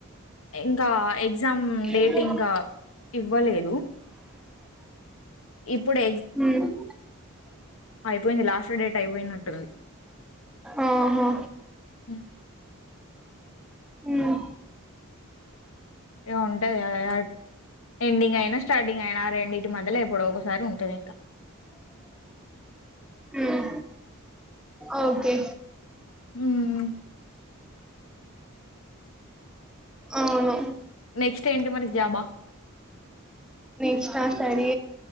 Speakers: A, on the left; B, in the centre.
A: ఇంకా ఎగ్జామ్
B: హు
A: డేట్ ఇంకా ఇవ్వలేదు. ఇప్పుడు
B: హ్మ్ ఉమ్.
A: ఐ పోయింది లాస్ట్ డేట్ ఐపోయినట్.
B: ఆహా.
A: హ్మ్.
B: ఉమ్.
A: ఉండది యాయాట్. ఎండింగ్ ఐనా స్టార్టింగ్ ఐనా రెండింటి మధ్యలో ఎప్పుడోకసరి ఉంటుంది ఇంకా.
B: ఉమ్ ఓకే.
A: ఉమ్.
B: అవును.
A: నెక్స్ట్ ఏంటి మరి జాబా.
B: నెక్స్ట్ ఆ స్టడీ